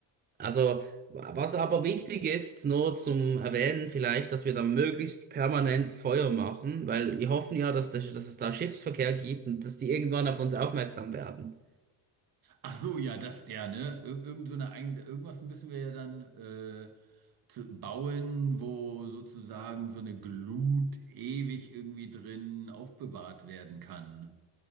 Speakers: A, on the right; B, on the right.
A: Also, was aber wichtig ist, nur zum Erwähnen vielleicht, dass wir da möglichst permanent Feuer machen, weil wir hoffen ja, dass, das, dass es da Schiffsverkehr gibt und dass die irgendwann auf uns aufmerksam werden.
B: Ach so, ja, das, ja, ne? Ir irgend so eine, Ein- irgendwas müssen wir ja dann äh, zu bauen, wo sozusagen so eine Glut ewig irgendwie drin aufbewahrt werden kann.